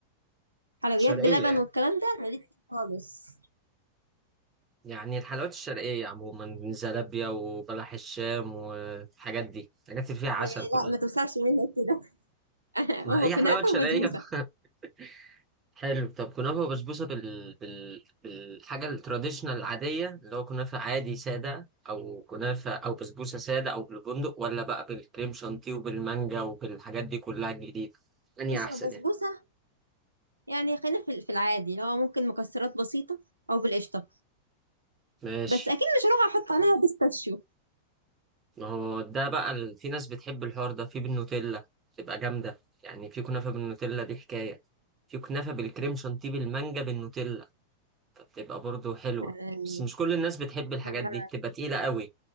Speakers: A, on the right; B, on the right.
A: حلويات
B: شرقيه
A: بلبن
B: يعني
A: والكلام ده أنا لسه خالص
B: يعني الحلويات الشرقية عموما زلابيا وبلح الشام والحاجات دي الحاجات اللي فيها عسل
A: إيه لا
B: كلها
A: ما توسعش منك كده <laughs>
B: ما
A: هو
B: هي
A: كنافة
B: حلويات شرقية
A: وبسبوسة
B: <laughs> حلو طب كنافة وبسبوسة بال... بال... بالحاجة التراديشنال العادية اللي هو كنافة عادي سادة أو كنافة أو بسبوسة سادة أو بالبندق ولا بقى بالكريم شانتيه وبالمانجا وبالحاجات دي كلها الجديدة أني
A: بص
B: أحسن
A: هو بسبوسة
B: يعني
A: يعني خلينا في في العادي اللي هو ممكن مكسرات بسيطة أو بالقشطة
B: ماشي
A: بس أكيد مش هروح أحط عليها بيستاشيو
B: ما هو ده بقى ال- في ناس بتحب الحوار ده في بالنوتيلا تبقى جامدة يعني في كنافة بالنوتيلا دي حكاية في كنافة بالكريم شانتيه بالمانجا بالنوتيلا فبتبقى برضو حلوة
A: يعني
B: بس مش كل الناس بتحب الحاجات
A: أنا
B: دي بتبقى تقيلة قوي